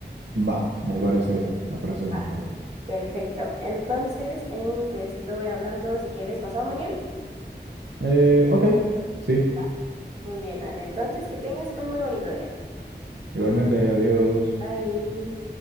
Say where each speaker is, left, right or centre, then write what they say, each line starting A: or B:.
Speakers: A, on the right; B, on the right.
A: Va, me parece bien, me parece bien
B: Ah,
A: en realidad.
B: perfecto. Entonces, eh, te estoy hablando, si quieres, pasado mañana.
A: Eh, ok, sí,
B: Va. Muy bien, Ale. Entonces, que tengas un muy bonito día.
A: igualmente, adiós.
B: Bye.